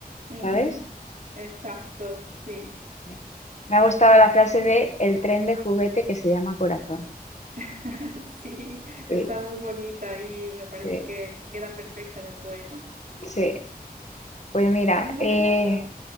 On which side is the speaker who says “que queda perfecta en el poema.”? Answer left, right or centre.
Right